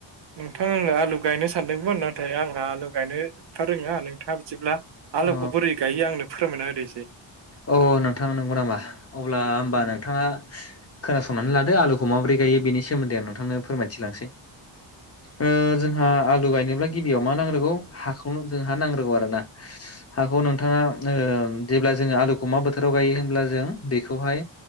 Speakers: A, on the right; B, on the left.
A: नोंथां आङो आलु गायनो सानदोंमोन नाथाय आंहा आलु गायनो‌ एफा रोङा नोंथाङा बिदिब्ला आलुखौ
B: अ
A: बोरै गायो आंनो फोरमायना होदो एसे।
B: अह नोंथां नंगौ नामा? अब्ला होमबा नोंथाङा खोनासंनानै लादो आलुखौ माबोरै गायो बेनि सोमोन्दै आं नोंथांनो फोरमायथि लांसै ओ जोंहा आलु गायनोब्ला गिबियाव मा नांग्रोगौ हाखौनो जों हा नांग्रोगौ आरो ना। हाखौ नोंथाङा ओ जेब्ला जोङो आलुखौ मा बोथोराव गायो होनब्ला जों बेखौहाय